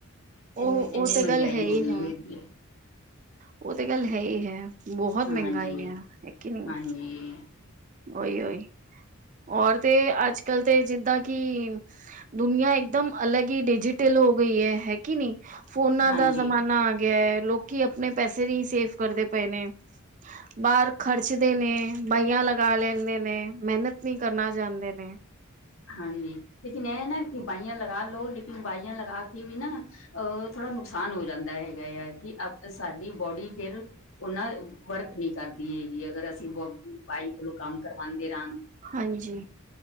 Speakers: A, on the right; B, on the left.
A: ਉਹ
B: ਇੰ, ਇੰਨੀ
A: ਉਹ ਤੇ
B: ਮਹੰਗੇਆਈ
A: ਗੱਲ ਹੈ
B: ਹੋ
A: ਹੀ
B: ਗਈ
A: ਹੈ।
B: ਹੈਗੀ ਏ।
A: ਉਹ ਤੇ ਗੱਲ ਹੈਹੀ ਹੈ, ਬਹੁਤ
B: ਹਾਂਜੀ
A: ਮਹਿੰਗਾਈ ਐ, ਹੈ ਕਿ ਨਹੀਂ।
B: ਹਾਂਜੀ
A: ਓਈ, ਉਈ ਔਰ ਤੇ ਅੱਜ-ਕਲ ਤੇ ਜਿੱਦਾਂ ਕਿ ਦੁਨੀਆਂ ਇੱਕਦਮ ਅਲੱਗ ਈ ਡਿਜੀਟਲ ਹੋ ਗਈ ਏ, ਹੈ ਕਿ ਨੀ, ਫੋਨਾ
B: ਹਾਂਜੀ
A: ਦਾ ਜ਼ਮਾਨਾ ਆਗਿਆ ਏ, ਲੋਕੀ ਆਪਣੇ ਪੈਸੇ ਨਹੀਂ ਸੇਫ ਕਰਦੇ ਪਏ ਨੇ। ਬਾਹਰ ਖਰਚਦੇ ਨੇ, ਬਾਈਆਂ ਲਗਾ ਲੈਂਦੇ ਨੇ, ਮਿਹਨਤ ਨਹੀਂ ਕਰਨਾ ਚਾਂਦੇ ਨੇ।
B: ਹਾਂਜੀ, ਲੇਕਿਨ ਐ ਨਾ, ਕਿ ਬਾਈਆਂ ਲਗਾਲੋ ਲੇਕਿਨ ਬਾਈਆਂ ਲਗਾਕੇ ਵੀ ਨਾ ਅਹ ਥੋੜ੍ਹਾ ਨੁਕਸਾਨ ਹੋ ਜਾਂਦਾ ਹੈਗਾ ਯਾ, ਕਿ ਅ ਸਾਡੀ ਬੌਡੀ ਫਿਰ ਉਹਨਾਂ ਵਰਕ ਨਹੀਂ ਕਰਦੀ ਹੇਗੀ, ਅਗਰ ਅਸੀਂ ਬ ਬਾਈ ਕੋਲੋਂ ਕੰਮ ਕਰਵਾਂਦੇ ਰਹਾਂ
A: ਹਾਂਜੀ।